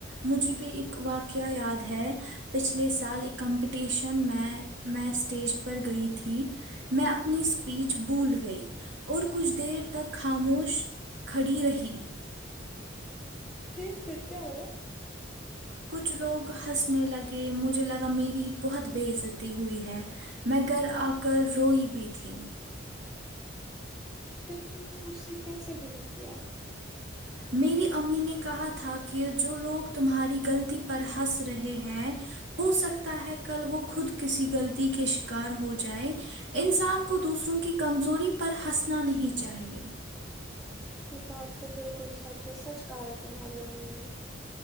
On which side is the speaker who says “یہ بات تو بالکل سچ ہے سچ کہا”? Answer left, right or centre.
Centre